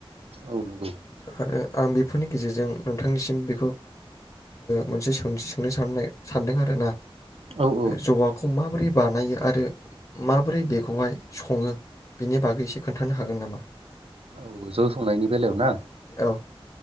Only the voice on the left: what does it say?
आरो आं बे बेफोरनि गेजेरजों नोंथांनिसिम बेखौ मोनसे सों सोंनो सान सानदों आर ना।
जगाखौ माबोरै बानायो आरो माबोरै बेखौहाय सङो बेनि बागै एसे खोन्थानो हागोन नामा?
औ।